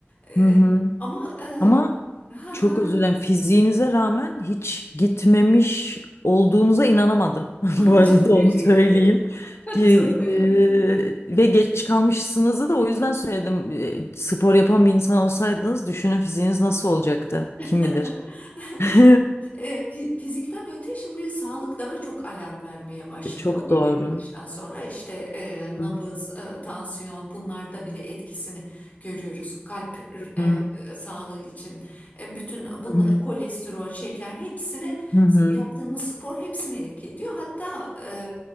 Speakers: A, on the left (about 40°); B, on the left (about 85°).
A: E,
B: Hı hı.
A: ama e, <laughs>
B: Ama
A: ha,
B: çok
A: ha.
B: özür dilerim. Fiziğinize rağmen hiç gitmemiş olduğunuza inanamadım. <laughs>
A: Aa,
B: Bu arada
A: çok teşekkür
B: onu söyleyeyim.
A: ederim. <laughs>
B: Ge-
A: Çok teşekkür ederim.
B: e, ve geç kalmışsınızı da o yüzden söyledim. E, spor yapan bir insan olsaydınız düşünün fiziğiniz nasıl olacaktı?
A: <laughs>
B: Kim bilir? <laughs>
A: E, fi- fizikten öte şimdi sağlık daha çok alarm vermeye başlıyor
B: Çok
A: belli
B: doğru.
A: bir yaştan sonra işte e, nabız,
B: Hı
A: e, tansiyon bunlarda bile etkisini görüyoruz. Kalp e,
B: hı.
A: e, sağlığı için e, bütün bunla,
B: Hı hı.
A: kolesterol, şeker hepsine
B: Hı hı.
A: yaptığımız spor hepsine etki ediyor. Hatta e,